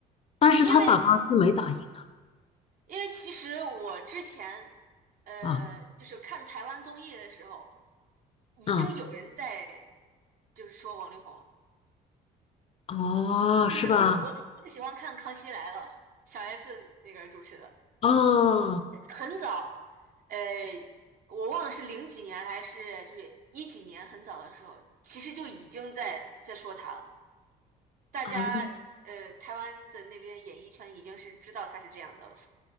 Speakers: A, on the left (about 35°); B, on the right (about 55°).
A: 但是他打官司没打赢
B: 因为因为其实我之前，呃，
A: 啊，
B: 就是看台湾综艺的时候，已经有人在
A: 嗯，
B: 就是说王力宏了。
A: 哦，
B: 就是我我很喜欢看《康熙来了》，
A: 是吧？
B: 小 S 那个主持的，
A: <laughs> 哦，
B: 很早，呃，我忘了是零几年还是就是一几年，很早的时候，其实就已经在在说他了。大家呃，
A: 啊，
B: 台湾的那边演艺圈已经是知道他是这样的，